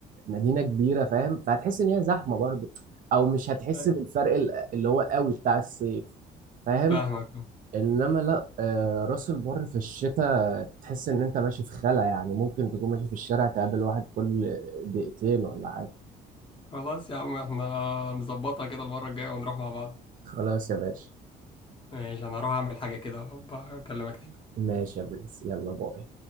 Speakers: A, on the right; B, on the left.
A: مدينه كبيره فاهم فهتحس ان هي زحمه برضو او مش هتحس
B: أي.
A: بالفرق ال- اللي هو قوي بتاع الصيف فاهم
B: فاهمك
A: انما لا آه، راس البر في الشتاء تحس ان انت ماشي في خلا يعني ممكن تكون ماشي في الشارع تقابل واحد كل دقيقتين ولا حاجة
B: خلاص يا عم احنا نظبطها كده المرة الجاية ونروح مع بعض
A: خلاص يا باشا
B: ماشي انا هروح اعمل حاجة كده أبقى اكلمك تاني
A: ماشي يا برنس يلا باي